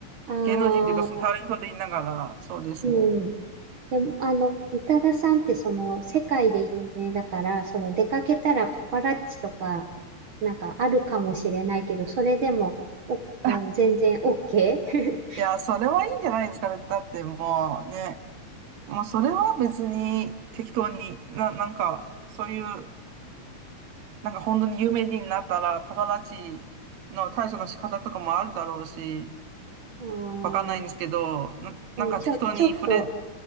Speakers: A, on the right (about 55°); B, on the right (about 75°).
A: ああ、
B: 芸能人というかそのタレントでいながら、そうですね。
A: うん。でも、あの、宇多田さんってその世界で有名だから、その出かけたらパパラッチとか、なんかあるかもしれないけど、それでも、お、あの、
B: <laughs>
A: 全然 OK? <laughs>
B: いや、それはいいんじゃないですかね。だってもうね、もうそれは別に適当に、な、なんか、そういう、なんか本当に有名人になったら、パパラッチの対処の仕方とかもあるだろうし、
A: ああ、
B: わかんないんですけど、な、
A: でもちょ、
B: なんか適当にフレ、
A: ちょっと、